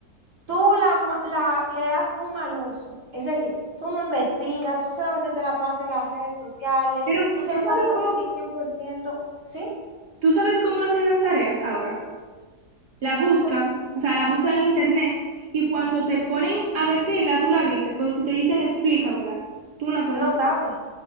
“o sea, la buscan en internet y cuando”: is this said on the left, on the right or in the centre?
Right